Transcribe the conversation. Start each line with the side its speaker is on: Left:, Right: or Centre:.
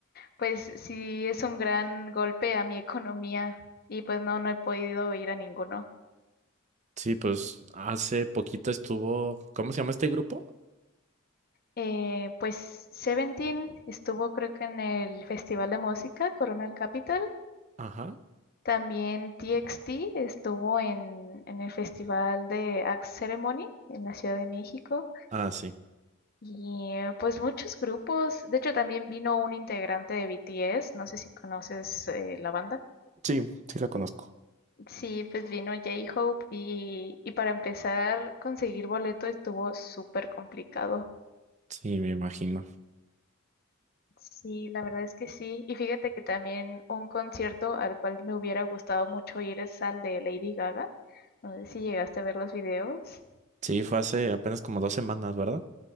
Left: pues sí es un gran golpe a mi economía y pues no, no he podido ir a ninguno.
Right: Sí, pues hace poquito estuvo, ¿cómo se llama este grupo?
Left: Eh, pues Seventeen estuvo creo que en el Festival de Música Coronel Capital
Right: Ajá.
Left: También TXT estuvo en, en el Festival de Axe Ceremony en la Ciudad de México
Right: Ah, sí.
Left: y eh, pues muchos grupos. De hecho, también vino un integrante de BTS, no sé si conoces eh, la banda.
Right: Sí, sí la conozco.
Left: Sí, pues vino J-Hope y, y para empezar, conseguir boleto estuvo súper complicado.
Right: Sí, me imagino.
Left: Sí, la verdad es que sí. Y fíjate que también un concierto al cual me hubiera gustado mucho ir es al de Lady Gaga. No sé si llegaste a ver los videos.
Right: Sí, fue hace apenas como dos semanas, ¿verdad?